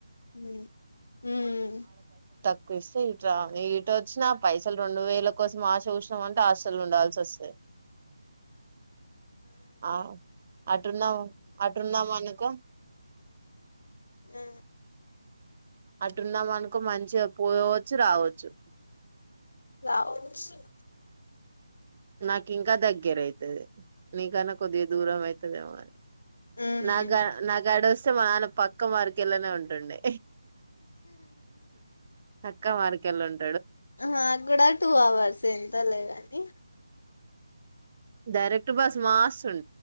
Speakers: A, on the left (about 70°); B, on the right (about 35°).
A: ఉమ్ ఉమ్.
B: స <inaudible> ట ఇట్ వచ్చి నాప్ పైసలు రెండు వేల కోసం ఆశ చూసినాం అంటే, హాస్టల్ లో ఉండాల్సి వస్తాది. ఆ అటున్న అటున్నమనుకో
A: ఆ
B: అటున్నామనుకో మంచిగా పోయవచ్చు రావచ్చు చెప్పు
A: రావొచ్చు <inaudible>
B: నాకు ఇంకా దగ్గర అయి తది నీ కన్నా కొద్దిగా దూరం అయి తదేమో అని
A: ఉమ్
B: నాగా నాగడుస్ ఆయన పక్క మార్కెలానే ఉంటుండె చక్క మార్కెల్ ఉన్
A: మా కూడా టూ అవర్స్ ఎ ఉండలేవని <unintelligible>
B: డైరెక్ట్ బస్ మాస్తుం